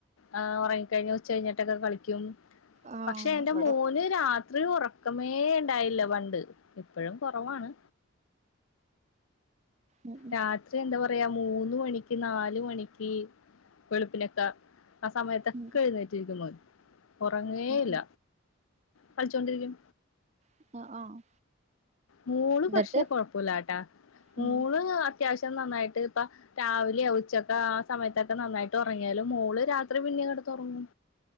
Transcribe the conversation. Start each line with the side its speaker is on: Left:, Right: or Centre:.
Left: ആ ഉറങ്ങിക്കഴിഞ്ഞഞ് ഉച്ച കഴിഞ്ഞിട്ടൊക്കെ കളിക്കും
Right: ആ
Left: പക്ഷെ എന്റെ
Right: ഇവിടെ
Left: മോന് രാ രാത്രി ഉറക്കമേ ഉണ്ടായില്ല പണ്ട് ഇപ്പഴും കുറവാണ്
Right: ഉം
Left: രാത്രി എന്താ പറ പറയാ മൂന്ന് മണിക്ക് നാല് മണിക്ക് വെളുപ്പിനൊക്കെ ആ സമയത്തൊക്കെ
Right: ഉം
Left: എഴുന്നേറ്റിരിക്കും മോൻ ഉറങ്ങേയില്ല
Right: ഉം
Left: കളിച്ചോണ്ടിരിക്കും
Right: ഉം ആഹ് ആഹ്
Left: മോള്
Right: എന്നിട്ട്
Left: പക്ഷേ കൊഴപ്പില്ലാട്ടാ മോള്
Right: ഉം
Left: അത്യാവശ്യം നന്നായിട്ട് ഇപ്പ രാവിലെയ ഉച്ചക്കെ ആ സമയത്തൊക്കെ നന്നായിട്ട് ഉറങ്ങിയാലും മോള് രാത്രി പിന്നെ ഇവിടെ തോറങ്ങും